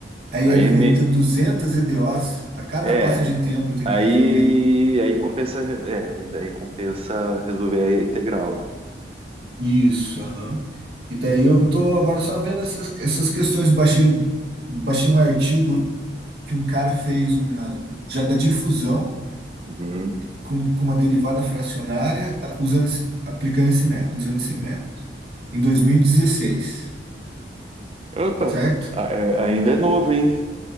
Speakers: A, on the right (about 60°); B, on the right (about 30°).
A: Aí
B: Aí
A: ia-
B: é, me-
A: iam ter 200 EDOs a cada
B: é.
A: passo de tempo eu tenho
B: Aí,
A: que resolver.
B: aí compensa, é, daí daí compensa resolver a integral, né?
A: Isso, aham. E daí eu tô agora só vendo essas, essas questões. Baixei, baixei um artigo que um cara fez uma, já da difusão
B: Uhum.
A: com, com uma derivada fracionária a- usando esse, aplicando esse método, usando esse método. Em 2016,
B: Opa,
A: certo?
B: a- é- ainda é novo, hein?